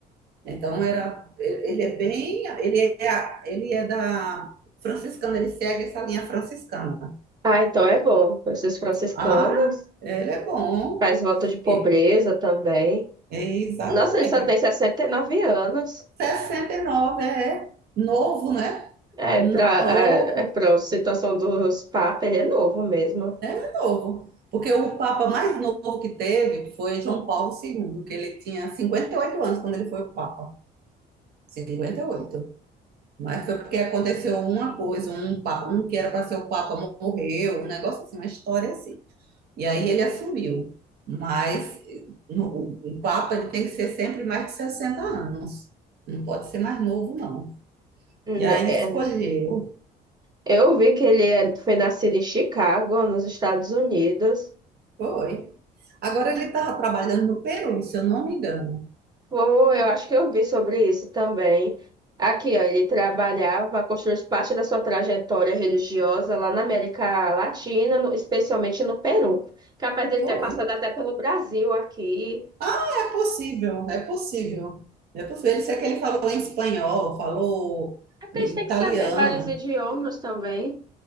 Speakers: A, on the right; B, on the right.
A: Então era, ele é bem, ele é, ele é da franciscana, ele segue essa linha franciscana.
B: Ah, então é bom. Pessoas franciscanas,
A: Ah, ele é bom.
B: faz voto de pobreza
A: E-
B: também.
A: é exatamente.
B: Nossa, ele só
A: é
B: tem 69 anos.
A: 69 é novo, né?
B: É,
A: Novo,
B: para é, é pra situação dos papas, ele é novo mesmo.
A: é novo. Porque o papa mais novo que teve foi João Paulo II, que ele tinha 58 anos quando ele foi o papa. cinquenta e oito Mas foi porque aconteceu uma coisa, um, pa- um que era para ser o Papa morreu, um negócio assim, uma história assim. E aí ele assumiu. Mas eh, no- o, o Papa ele tem que ser sempre mais de 60 anos. Não pode ser mais novo, não.
B: Né,
A: E aí
B: é.
A: escolheu.
B: Eu vi que ele é- foi nascido em Chicago, nos Estados Unidos.
A: Foi. Agora ele estava trabalhando no Peru, se eu não me engano.
B: Pô, eu acho que eu vi sobre isso também. Aqui, ó, ele trabalhava, construiu parte da sua trajetória religiosa lá na América Latina, no- especialmente no Peru. Capaz dele
A: Foi.
B: ter passado até pelo Brasil aqui.
A: É possível, é possível. É possível. Ele sei que ele falou em espanhol, falou
B: É porque
A: em
B: a gente tem
A: italiano.
B: que saber vários idiomas também.